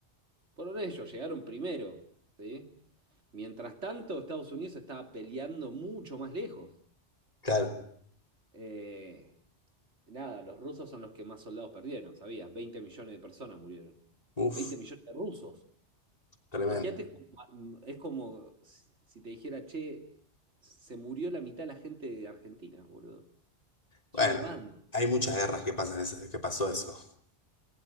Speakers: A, on the right; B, on the left.
A: Fueron ellos, llegaron primero, ¿sí? Mientras tanto, Estados Unidos estaba peleando mucho más lejos.
B: Claro.
A: Eh, nada, los rusos son los que más soldados perdieron, ¿sabías? 20 millones de personas murieron.
B: Uf,
A: 20 millones de rusos.
B: tremendo.
A: Imagínate, es como, es como si si te dijera, che, se murió la mitad de la gente de Argentina, boludo.
B: Bueno,
A: Es una banda.
B: hay muchas guerras que pasan, ese- que pasó eso.